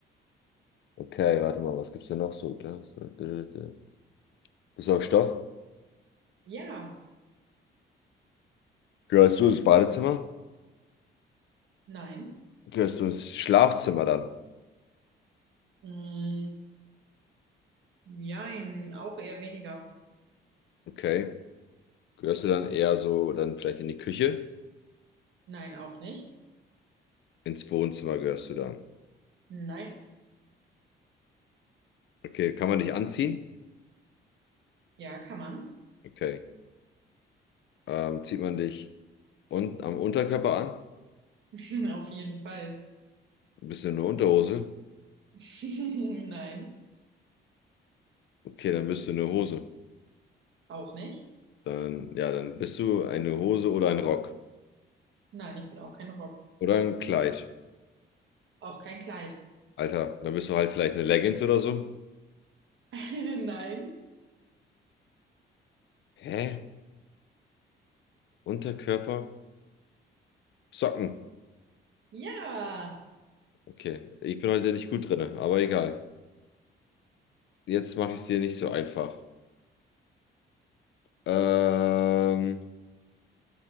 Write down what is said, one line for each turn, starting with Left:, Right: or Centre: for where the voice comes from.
Left: Okay, warte mal, was gibt's denn noch so? Glas, äh, Bist du aus Stoff?
Right: Ja,
Left: Gehörst du ins Badezimmer?
Right: nein.
Left: Gehörst du ins Schlafzimmer dann?
Right: Mm, jein, auch eher weniger.
Left: Okay. Gehörst du dann eher so dann vielleicht in die Küche?
Right: Nein, auch nicht.
Left: Ins Wohnzimmer gehörst du dann.
Right: Nein,
Left: Okay, kann man dich anziehen?
Right: ja, kann man.
Left: Okay. Ähm, zieht man dich un am Unterkörper an?
Right: <laughs> Auf jeden Fall.
Left: Bist du eine Unterhose?
Right: <laughs> Nein,
Left: Okay, dann bist du eine Hose.
Right: auch nicht.
Left: Dann, ja, dann bist du eine Hose oder ein Rock.
Right: Nein, ich bin auch kein Rock.
Left: Oder ein Kleid.
Right: Auch kein Kleid.
Left: Alter, dann bist du halt vielleicht eine Leggings oder so.
Right: <laughs> Nein.
Left: Hä? Unterkörper? Socken.
Right: Ja.
Left: Okay, ich bin heute nicht gut drin, aber egal. Jetzt mache ich es dir nicht so einfach. Ähm,